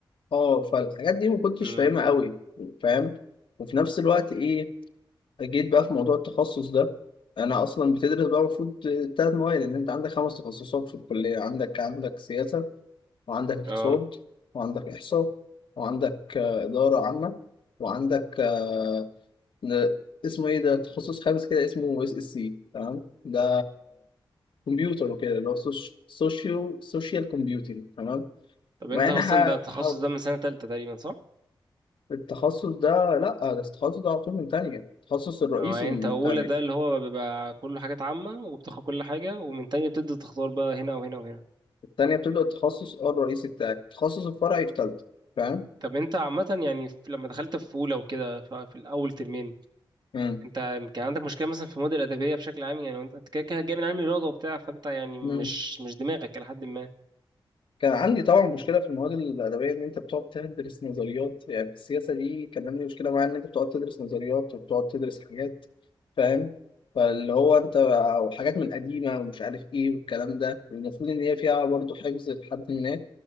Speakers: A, on the left; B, on the right.
A: اه فالحاجات دي ما كنتش
B: امم
A: فاهمها قوي فاهم وفي نفس الوقت ايه جيت بقى في موضوع التخصص ده انا اصلا بتدرس بقى المفروض ثلاث مواد ان انت عندك خمس تخصصات في الكليه عندك عندك سياسه وعندك اقتصاد
B: اه
A: وعندك إحصاء وعندك آه، إدارة عامة وعندك آه، ن- اسمه إيه ده تخصص خامس كده اسمه اس اس سي تمام ده كمبيوتر وكده اللي هو سوشيال سوشيال كومبيوتنج تمام
B: طب انت
A: ما يعني
B: اصلا
A: ه-
B: ده التخصص
A: ح-
B: ده من سنة تالتة تقريبا صح
A: التخصص ده لا ده التخصص ده على طول من تانية التخصص الرئيسي
B: اه يعني
A: من
B: انت اولى
A: تانية
B: ده اللي هو بيبقى كله حاجات عامة وبتاخد كل حاجة ومن تانية بتبدأ تختار بقى هنا وهنا وهنا
A: التانية بتبدأ التخصص اه الرئيسي بتاعك التخصص الفرعي في تالتة فاهم؟
B: طب انت عامة يعني في- لما دخلت في أولى وكده ف- في الأول ترمين
A: مم.
B: انت كان عندك مشكلة مثلا في المواد الأدبية بشكل عام يعني انت انت كده كده جاي من علم الرياضة وبتاع فانت يعني مش
A: مم.
B: مش دماغك إلى حد ما
A: كان عندي طبعا مشكله في المواد الادبيه ان انت بتقعد تدرس نظريات يعني في السياسه دي كان عندي مشكله معايا ان انت بتقعد تدرس نظريات وبتقعد تدرس حاجات فاهم فاللي هو انت وحاجات من قديمه ومش عارف ايه والكلام ده المفروض ان هي فيها برضه حفظ لحد ما